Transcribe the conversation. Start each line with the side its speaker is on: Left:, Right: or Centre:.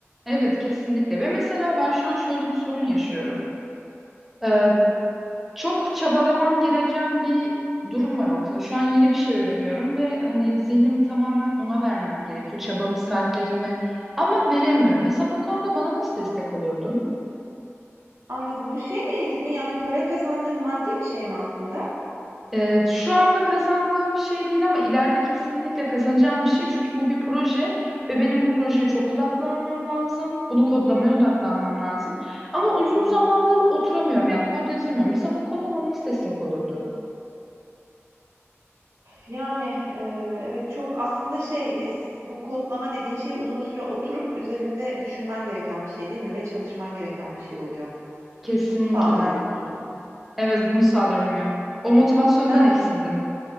Centre: Evet kesinlikle ve mesela ben şu an şöyle bir sorun yaşıyorum. Ee, çok çabalamam gereken bir durum var ortada. Şu an yeni bir şey öğreniyorum ve hani zihnim tamamen ona vermem gerekiyor. Çabamı, saatlerimi ama veremiyorum. Mesela bu konuda bana nasıl destek olurdun?
Right: Anladım. Bu şeyle ilgili mi? Yani para kazandığın maddi bir şey mi aslında?
Centre: Ee, şu anda kazandığım bir şey değil ama ileride kesinlikle kazanacağım bir şey. Çünkü bu bir proje ve benim bu projeye çok odaklanmam lazım. Bunu kodlamaya odaklanmam lazım. Ama uzun
Right: Hı hı.
Centre: zamandır oturamıyorum yani kod yazamıyorum. Mesela bu konuda bana nasıl destek olurdun?
Right: Yani, eee, evet, çok aslında şey, iss bu kodlama dediğin şey uzun süre oturup üzerinde düşünmen gereken bir şey değil mi ve çalışman gereken bir şey oluyor.
Centre: Kesinlikle.
Right: Bunu sağlayamıyorsun.
Centre: Evet bunu sağlayamıyorum. O motivasyondan
Right: Ben,
Centre: eksildim.